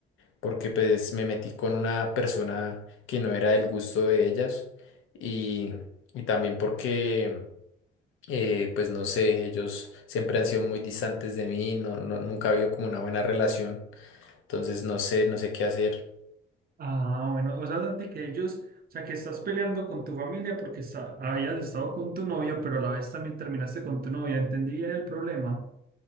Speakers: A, on the left (about 75°); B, on the right (about 45°).
A: porque pues me metí con una persona que no era del gusto de ellas y, y también porque... eh, pues no sé, ellos siempre han sido muy distantes de mí, no, no- nunca ha habido como una buena relación, entonces no sé, no sé qué hacer.
B: Ah, bueno, o sea, Santi, que ellos, o sea, que estás peleando con tu familia porque está- habías estado con tu novia, pero a la vez también terminaste con tu novia. ¿Entendí bien el problema?